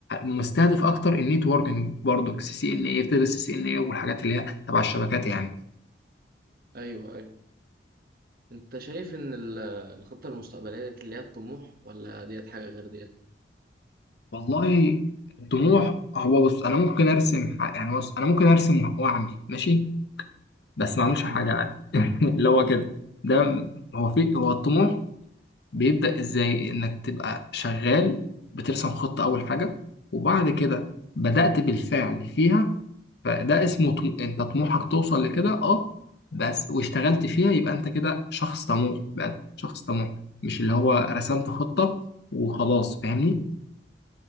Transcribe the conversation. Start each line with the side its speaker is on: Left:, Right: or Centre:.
Left: مستهدف اكتر النيتوركينج برضو سي سي ان اي بتدرس سي سي ان اي والحاجات اللي هي تبع الشبكات يعني
Right: أيوه أيوه أنت شايف إن ال- الخطة المستقبلية ديت اللي هي الطموح ولا ديت حاجة غير ديت؟
Left: والله الطموح هو بص انا ممكن ارسم ح- يعني بص انا ممكن ارسم واعمل ماشي بس ما عملش حاجة
Right: مم.
Left: عادي <laughs> اللي هو كده ده هو في هو الطموح بيبدأ ازاي انك تبقى شغال بترسم خطة اول حاجة وبعد كده بدأت بالفعل فيها فده اسمه طم... انت طموحك توصل لكده اه بس واشتغلت فيها يبقى انت كده شخص طموح بقى شخص طموح مش اللي هو رسمت خطة وخلاص فاهمني